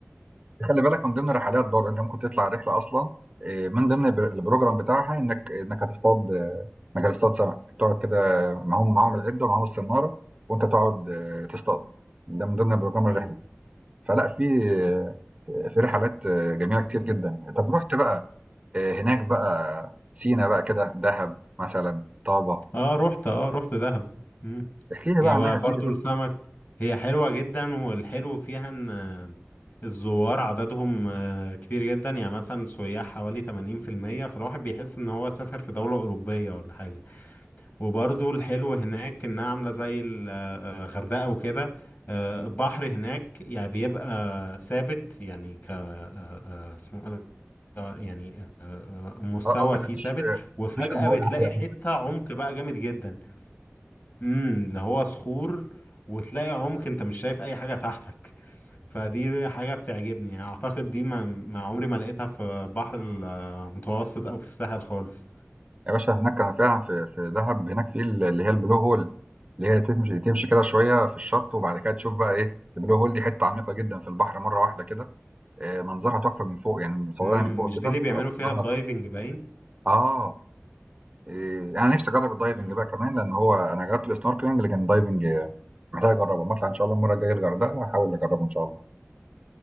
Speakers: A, on the right; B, on the left.
A: خلي بالك من ضمن الرحلات برضه انت ممكن تطلع رحله اصلا آه، من ضمن الب- البروجرام بتاعها انك انك هتصطاد آه، انك هتصطاد سمك تقعد كده معاهم معاهم العده ومعاهم السناره وانت تقعد آه، تصطاد ده من ضمن بروجرام
B: امم
A: الرحله فلا في آه، في رحلات آه، جميله كتير جدا طب رحت بقى آآ هناك بقى سينا بقى كده، دهب مثلًا، طابة،
B: اه رحت اه رحت دهب مم.
A: احكِ لي
B: يا
A: بقى عنها
B: بقى
A: يا سيدي
B: برضو
A: بقى،
B: السمك هي حلوة جدا والحلو فيها ان آه، الزوار عددهم آه، كتير جدا يعني مثلا سياح حوالي 80% فالواحد بيحس ان هو سافر في دولة أوروبية ولا حاجة وبرضو الحلو هناك انها عاملة زي الغردقة وكده آه، البحر هناك يعني بيبقى ثابت يعني ك آه، آه، اسمه إيه ده؟ يعني آه، آه، مستوى
A: آه قصدك
B: فيه
A: ما فيش
B: ثابت وفجأة
A: ما فيش أمواج
B: بتلاقي
A: عالية
B: حتة
A: أوي.
B: عمق بقى جامد جدا امم اللي هو صخور وتلاقي عمق انت مش شايف اي حاجة تحتك فدي حاجة بتعجبني يعني اعتقد دي ما, ما عمري ما لقيتها في بحر المتوسط او في الساحل خالص
A: يا باشا هناك أنا فعلًا في في دهب هناك في ال اللي هي الblue hole اللي هي تمشي تمشي كده شوية في الشط وبعد كده تشوف بقى إيه الblue hole دي حتة عميقة جدًا في البحر مرة واحدة كده، آآ منظرها تحفة من فوق، يعني مصورينها
B: امم
A: من فوق
B: مش
A: كده
B: دي اللي
A: بتبقى
B: بيعملوا فيها
A: منظرها
B: الدايفنج
A: تحفة.
B: باين
A: آه، آآ أنا نفسي أجرّب الdiving
B: امم
A: بقى كمان لأن هو أنا جرّبت الsnorkeling لكن الdiving محتاج أجرّبه، أمّا أطلع إن شاء الله المرّة الجاية الغردقة هاحاول أجرّبه إن شاء الله.